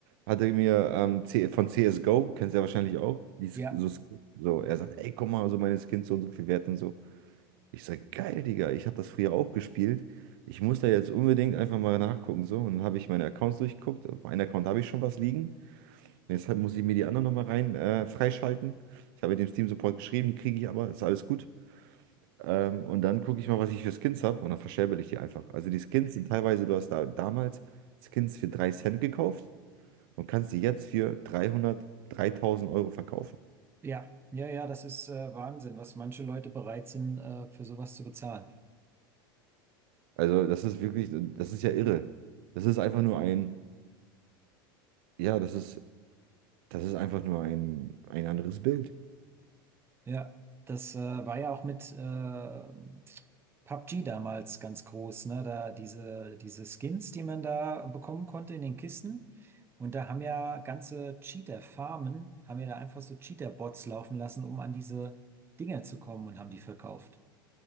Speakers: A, on the right; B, on the right.
A: hat er mir ähm, C von CSGO, kennst du ja wahrscheinlich auch, die, Sk-
B: Ja.
A: so, Skins. so, er sagt, ey, guck mal, so meine Skins so und so viel wert und so. Ich sag, geil, Digga, ich habe das früher auch gespielt. Ich muss da jetzt unbedingt einfach mal nachgucken. So, und dann habe ich meine Accounts durchgeguckt. Auf einem Account habe ich schon was liegen. deshalb muss ich mir die anderen nochmal rein äh, freischalten. Ich habe dem Steam Support geschrieben, die kriege ich aber, ist alles gut. Ähm, und dann gucke ich mal, was ich für Skins habe und dann verscherbel ich die einfach. Also die Skins sind teilweise, du hast da damals Skins für 3 Cent gekauft und kannst die jetzt für 300, 3000 Euro verkaufen.
B: Ja, ja, ja, das ist äh, Wahnsinn, was manche Leute bereit sind, äh, für sowas zu bezahlen.
A: Also das ist wirklich, das ist ja irre. Das ist einfach nur ein, ja, das ist Das ist einfach nur ein, ein anderes Bild.
B: Ja, das äh, war ja auch mit äh, PUBG damals ganz groß, ne? Da diese, diese Skins, die man da bekommen konnte in den Kisten. Und da haben ja ganze Cheater-Farmen, haben ja da einfach so Cheater-Bots laufen lassen, um an diese Dinger zu kommen und haben die verkauft.